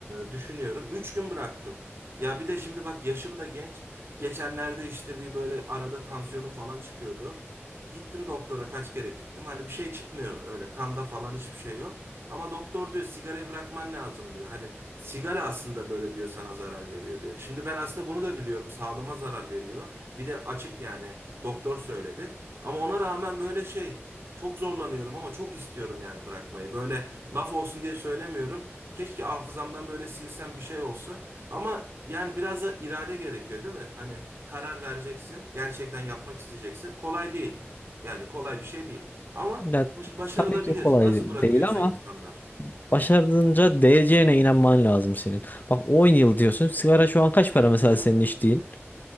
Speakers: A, on the right; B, on the left.
A: düşünüyorum. 3 gün bıraktım. Ya bir de şimdi bak yaşım da genç. Geçenlerde işte bir böyle arada tansiyonum falan çıkıyordu. Gittim doktora kaç kere gittim. Hani bir şey çıkmıyor öyle kanda falan hiçbir şey yok. Ama doktor diyor sigarayı bırakman lazım diyor. Hani sigara aslında böyle diyor sana zarar veriyor diyor. Şimdi ben aslında bunu da biliyorum sağlığıma zarar veriyor. Bir de açık yani doktor söyledi. Ama ona rağmen böyle şey çok zorlanıyorum ama çok istiyorum yani bırakmayı. Böyle laf olsun diye söylemiyorum. Keşke hafızamdan böyle silsem bir şey olsa. Ama yani biraz da irade gerekiyor değil mi? Hani karar vereceksin, gerçekten yapmak isteyeceksin. Kolay değil. Yani kolay bir şey değil. Ama
B: Ya,
A: baş- başarılabilir.
B: tabii ki kolay
A: Nasıl bırakıyorsa
B: değil ama
A: insanlar.
B: başardığınca değeceğine inanman lazım senin. Bak 10 yıl diyorsun. Sigara şu an kaç para mesela senin içtiğin?